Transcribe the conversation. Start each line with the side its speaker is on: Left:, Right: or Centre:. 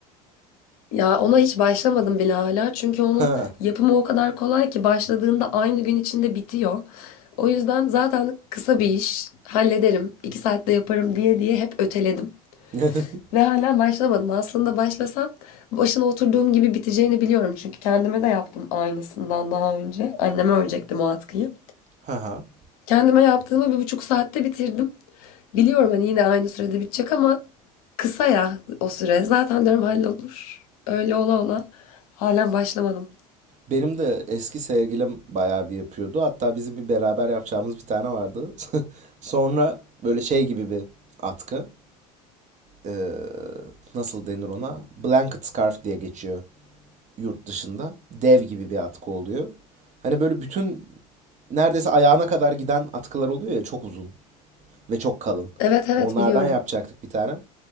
Left: Ya ona hiç başlamadım bile hala. Çünkü onun
Right: Ha.
Left: yapımı o kadar kolay ki başladığında aynı gün içinde bitiyor. O yüzden zaten kısa bir iş, hallederim, iki saatte yaparım diye diye hep öteledim.
Right: <laughs>
Left: Ve hala başlamadım. Aslında başlasam başına oturduğum gibi biteceğini biliyorum. Çünkü kendime de yaptım aynısından daha önce. Anneme örecektim o atkıyı.
Right: Ha ha.
Left: Kendime yaptığımı bir buçuk saatte bitirdim. Biliyorum hani yine aynı sürede bitecek ama kısa ya o süre. Zaten diyorum hallolur. Öyle ola ola. Halen başlamadım.
Right: Benim de eski sevgilim bayağı bir yapıyordu. Hatta bizim bir beraber yapacağımız bir tane vardı. <laughs> Sonra böyle şey gibi bir atkı. Ee, nasıl denir ona? Blanket scarf diye geçiyor yurt dışında. Dev gibi bir atkı oluyor. Hani böyle bütün neredeyse ayağına kadar giden atkılar oluyor ya çok uzun ve çok kalın.
Left: Evet evet
Right: Onlardan
Left: biliyorum.
Right: yapacaktık bir tane.